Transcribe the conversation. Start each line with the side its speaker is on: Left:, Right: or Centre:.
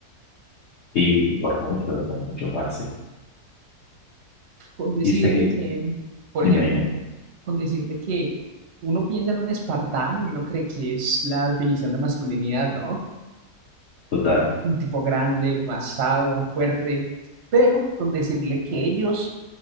Left: y- y por mucho, y por mucho, parce.
Right: con decirle
Left: Y usted, que-
Right: que, por
Left: dime,
Right: ejemplo,
Left: dime.
Right: con decirle que uno piensa en un espartano y uno cree que es la definición de masculinidad, ¿no?
Left: Total,
Right: Un tipo grande, masado, fuerte, pero con decirle que ellos,